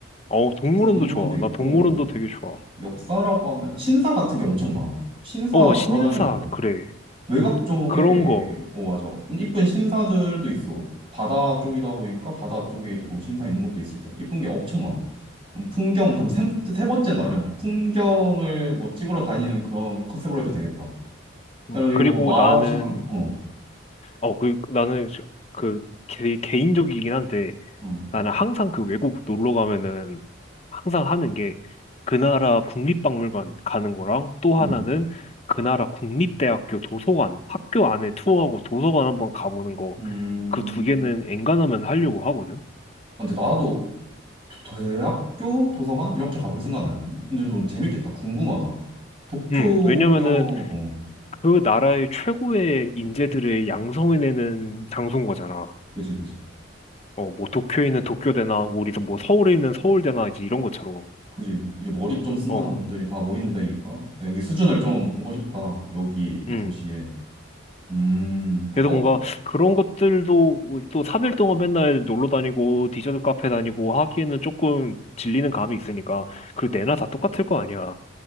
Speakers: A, on the left (about 30°); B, on the right (about 25°).
A: 어, 동물원도
B: 동물원도
A: 좋아.
B: 있고
A: 나 동물원도 되게 좋아.
B: 역사라고 하면 신사 같은 게 엄청 많아. 신사
A: 어, 신사,
B: 돌아다녀도 되고
A: 그래.
B: 외곽 쪽에
A: 그런 거.
B: 어 맞아 이쁜 신사들도 있어. 바다 쪽이다 보니까 바다 쪽에 뭐 신사 있는 것도 있을 테고 이쁜 게 엄청 많아. 음, 풍경 그럼 세, 세 번째 날은 풍경을 뭐 찍으러 다니는 그런 컨셉으로 해도 되겠다. 그리고
A: 음, 그리고
B: 마지막
A: 나는,
B: 어,
A: 어, 그, 나는, 시- 그, 개, 개인적이긴 한데,
B: 어,
A: 나는 항상 그 외국 놀러 가면은, 항상 하는 게, 그 나라 국립박물관 가는 거랑, 또
B: 음,
A: 하나는 그 나라 국립대학교 도서관, 학교 안에 투어하고 도서관 한번 가보는 거,
B: 음.
A: 그 두 개는 엔간하면 하려고 하거든?
B: 근데 나도 대학교 도서관 이렇게 가볼 생각 안 했네. 근데 좀 재밌겠다. 궁금하다. 도쿄면
A: 음, 왜냐면은,
B: 어.
A: 그 나라의 최고의 인재들을 양성해내는 장소인 거잖아.
B: 그지, 그지.
A: 어, 뭐 도쿄에 있는 도쿄대나 우리 뭐 서울에 있는 서울대나 이제 이런 것처럼.
B: 그지. 이제 머리 좀 쓴다는
A: 어,
B: 놈들이 다 모이는 데니까. 여기 수준을 좀 보고 싶다. 여기
A: 음.
B: 도시에. 음,
A: 그래서
B: 어,
A: 뭔가 그런 것들도 또 3일 동안 맨날 놀러 다니고 디저트 카페 다니고 하기에는 조금 질리는 감이 있으니까 그 내나 다 똑같을 거 아니야.